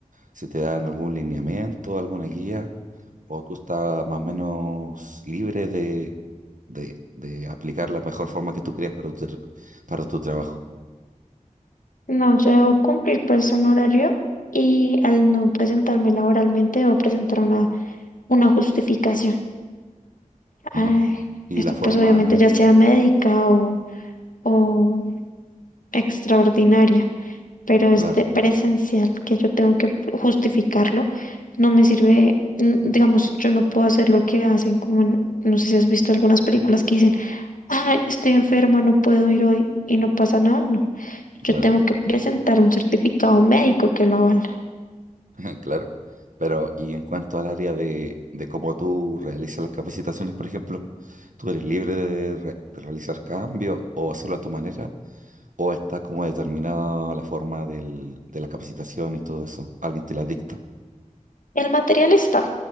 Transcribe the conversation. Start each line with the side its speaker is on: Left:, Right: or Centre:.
Right: si te dan algún lineamiento, alguna guía, o tú estás más o menos libre de, de, de aplicar la mejor forma que tú creas para tu, tr- para tu trabajo.
Left: No, yo debo cumplir pues un horario y al no presentarme laboralmente debo presentar una, una justificación. Ah,
Right: Ajá. Y
Left: esto
Right: la forma,
Left: pues obviamente ya sea médica o, o extraordinaria, pero es
Right: claro,
Left: de presencial que yo tengo que justificarlo. No me sirve, mm, digamos, yo no puedo hacer lo que hacen como en- no sé si has visto algunas películas que dicen Ay, estoy enferma, no puedo ir hoy y no pasa nada, no. Yo
Right: claro,
Left: tengo que presentar un certificado médico que lo avala.
Right: <laughs> claro. Pero, y en cuanto al área de, de cómo tú realizas las capacitaciones, por ejemplo, ¿tú eres libre de, re- de realizar cambios o hacerlo a tu manera? ¿O está como determinada la forma del- de la capacitación y todo eso? ¿Alguien te la dicta?
Left: El material está.